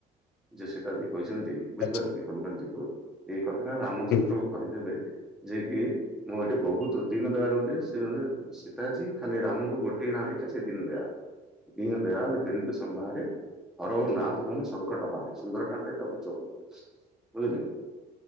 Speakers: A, in the centre; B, on the left (about 75°).
A: ଯେ ସେ କାଲି। କହିଛନ୍ତି ବୁଝିପାରିଲେ
B: ଆଚ୍ଛା।
A: ହନୁମାନ ଜୀ କୁ କି ଏଇ କଥାଟା ରାମଚନ୍ଦ୍ର
B: ହୁଁ ହୁଁ
A: ଙ୍କୁ କହିଦେବେ ଯିଏ କି। ମୁଁ ଏଠି ବହୁତ ଦିନ ଦାୟାଲ ବୁଦ୍ଧି‌ ସି ସୀତା ଜୀ ଖାଲି ରାମକୁ ଗୋଟିଏ ନା ଦେଇେ ଥିଲେ ସେ ଦିନଲଦୟା। ଦୀନ ଦୟାଲ ବିିରୁଦ୍ଧ ସମ୍ଭାରେ ହରଉ ନା ତମନ ସଂଙ୍କଟ ଭାରେ ସୁନ୍ଦର। ତା ପରେ ଏଇଟା ଗୋଟେ ଚପାଇ ବୁଝିଲେ